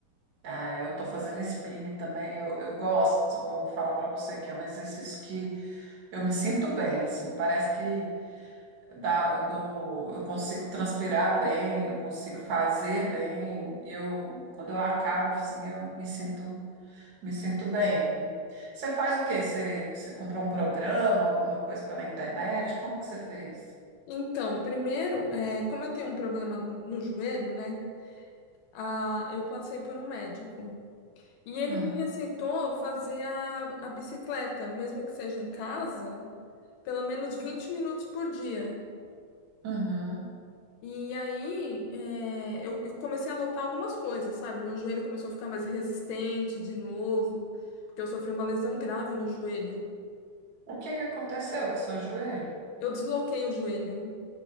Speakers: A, on the right; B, on the left.
A: Ah, eu tô fazendo spinning também, eu, eu gosto. Vou falar pra você que é um exercício que eu me sinto bem, assim, parece que dá, eu dou, eu consigo transpirar bem, eu consigo fazer bem, e eu, quando eu acabo, assim, eu me sinto, me sinto bem. Você faz o quê? Você, você comprou um programa, alguma coisa pela internet? Como que você fez?
B: Então, primeiro, é, como eu tenho um problema no, no joelho, né? Ah, eu passei por um médico e ele
A: Hum,
B: me receitou fazer a, a bicicleta, mesmo que seja em casa, pelo menos 20 minutos por dia.
A: uhum.
B: E aí, é, eu, eu comecei a notar algumas coisas, sabe? Meu joelho começou a ficar mais resistente de novo, porque eu sofri uma lesão grave no joelho.
A: O que que aconteceu com o seu joelho?
B: Eu desloquei o joelho.